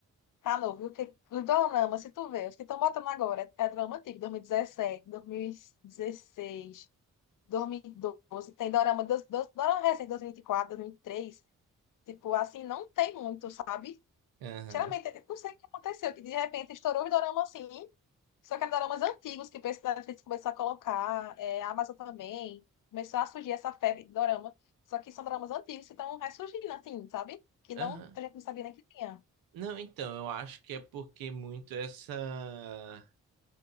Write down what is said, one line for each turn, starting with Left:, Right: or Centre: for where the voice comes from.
Left: tá novo, viu? Porque os Dorama, se tu vê, os que estão botando agora, é Dorama antigo, dois dois mil mil dezessete, dois mil e dezesseis, 2017, 2016, doze. tem Dorama, dos- dos- Dorama recente, 2024, três. Tipo, assim, não tem muito. sabe?
Right: Aham.
Left: Sinceramente, eu não sei o que aconteceu, que de repente estourou os doramas assim. Só que eram doramas antigos que pensa- a Netflix começou a colocar, é, a Amazon também. Começou a surgir essa febre de dorama. Só que são doramas antigos que estão ressurgindo, assim, sabe? Que não,
Right: Aham.
Left: a gente não sabia nem que tinha.
Right: Não, então, eu acho que é porque muito essa.